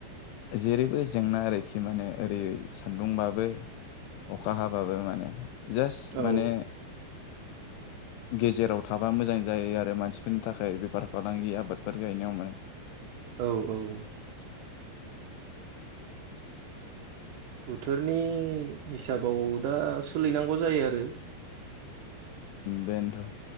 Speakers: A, on the left; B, on the right.
A: जेरै बेबो जेंना आरोखि माने ओरै सान्दुंबाबो अखा हाबाबो माने जास्ट
B: औ
A: माने गेजेराव थाबा मोजां जायो आरो मानसिफोरनि थाखाय बेफार फालांगि आबादफोर गायनायाव माने
B: औ औ बोथोरनि हिसाबाव दा सलिनांगौ जायो आरो।
A: बेनोथ